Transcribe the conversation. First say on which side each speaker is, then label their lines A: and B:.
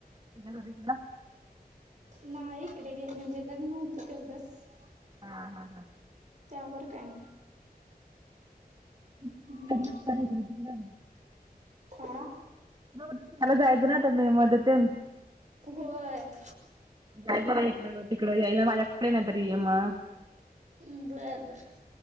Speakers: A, on the right; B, on the right.
A: तुझ्या घरी एकदा
B: नाही इकडे म्हणजे लग्न होतं तेवढंच
A: हा हा हा
B: त्यावर काय
A: लग्नच
B: हम्म
A: करायचं नसलं.
B: हा
A: <inaudible> त्याला जायचं ना आता मे मधे तेन
B: होय
A: काय जरा इकड म तिकड यायला माझ्याकडे नाहीतरी ये मग
B: हम्म बर बर